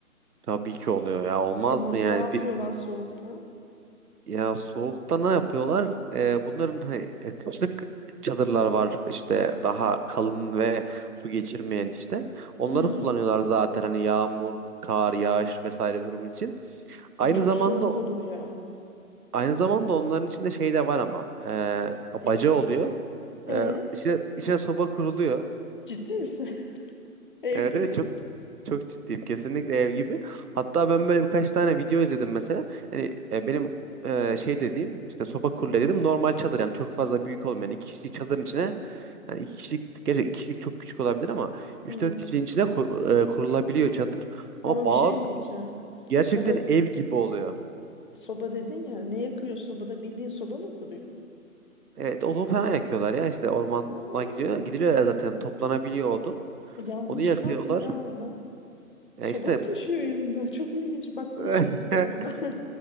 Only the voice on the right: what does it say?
Tabii ki oluyor ya olmaz
mı yani?
Ya soğukta ne yapıyorlar? Ee, bunların hani e, kışlık çadırlar var işte daha kalın ve su geçirmeyen işte. Onları
kullanıyorlar zaten hani yağmur, kar, yağış vesaire durum için. Aynı
zamanda
aynı zamanda onların içinde şey de var ama e, baca
oluyor.
E, içine, içine soba kuruluyor.
Evet
evet çok çok ciddiyim. Kesinlikle ev gibi. Hatta ben böyle birkaç tane video izledim mesela. Hani e, benim e, şey dediğim işte soba kurule dedim normal çadır yani çok fazla büyük olmayan iki kişilik çadırın içine hani iki kişilik gerçi iki kişilik çok küçük olabilir ama üç
dört kişinin içine ko- e, kurulabiliyor çadır. Ama
bazı
gerçekten
ev gibi oluyor.
Evet odun falan yakıyorlar ya işte ormana
gidiyor. Gidiliyor ya zaten toplanabiliyor odun.
Onu
yakıyorlar.
Ya
işte
<laughs>